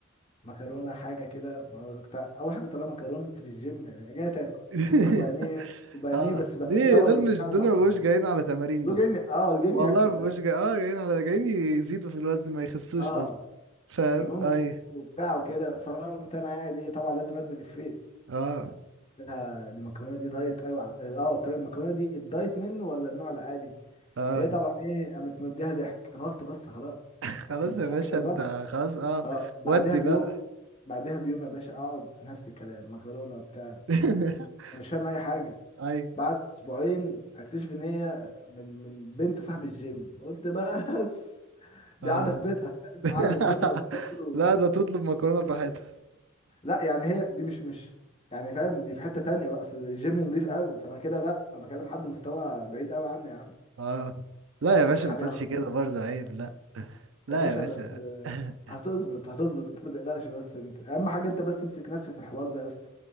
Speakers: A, on the left; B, on the right.
A: مكرونه حاجه كده ما كنت- اول حاجه كنت طالع مكرونه في الجيم يعني جاي تاكل
B: <laughs>
A: وبانيه وبانيه
B: اه
A: بس بانيه
B: دي
A: اللي هو
B: دول
A: المتشوح
B: مش دول ما بقوش
A: ده
B: جايين على تمارين
A: دول
B: دول
A: جايين اه جايين
B: والله
A: ياكلوا
B: ما
A: فاهم
B: بقوش جاي اه جايين على جايين يزيدوا في الوزن ما يخسوش
A: اه
B: اصلا فاهم
A: فالمهم
B: ايوه
A: وبتاع وكده فقمت انا قاعد ايه طبعا لازم ارمي الافيه
B: اه
A: قلت لها دي المكرونه دي دايت قوي على اه قلت لها المكرونه دي الدايت منه ولا النوع العادي
B: اه
A: هي طبعا ايه قامت مديها ضحك انا قلت بس خلاص
B: <laughs> خلاص
A: الموضوع
B: يا باشا
A: كده ظبط
B: انت خلاص اه
A: اه بعدها
B: ودي
A: بيوم
B: بقى
A: بعدها بيوم يا باشا اقعد نفس الكلام مكرونه بتاع
B: <laughs>
A: انا مش فاهم اي حاجه
B: ايوه
A: بعد اسبوعين اكتشف ان هي من من بنت صاحب الجيم قلت بس دي
B: اه
A: قاعده في بيتها فاهم
B: <laughs>
A: قاعده في بيتها وبتاكل و...
B: لا ده تطلب مكرونة براحتها
A: لا يعني هي دي مش مش يعني فاهم دي في حته تانية بقى اصل الجيم نضيف قوي فانا كده لا أنا بكلم حد مستوى بعيد قوي عني يا عم
B: اه لا يا باشا
A: حاجه
B: ما تقولش كده برضه عيب لا لا
A: يا باشا
B: يا باشا
A: بس آه،
B: <laughs>
A: هتظبط هتظبط انت ما تقلقش بس انت اهم حاجه انت بس امسك نفسك في الحوار ده يا اسطى